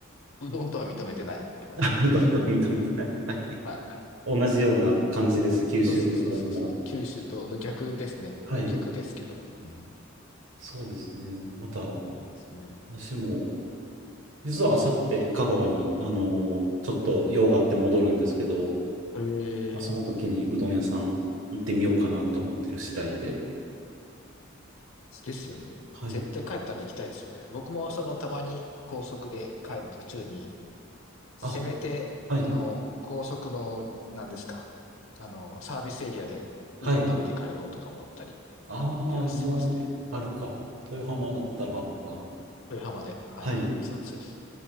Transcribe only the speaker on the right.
<laughs> あどんどん認めてない。はい。
同じような感じです。九州のうどんも。
はい。
そうですね。また、
私も、実はあさって香川に、あのーちょっと用があって戻るんですけど、
その時にうどん屋さん行ってみようかなと思ってる次第で。
はい。
あ、はい。
はい。ああ、
うどんあるか。豊浜だったらあるのか。
はい。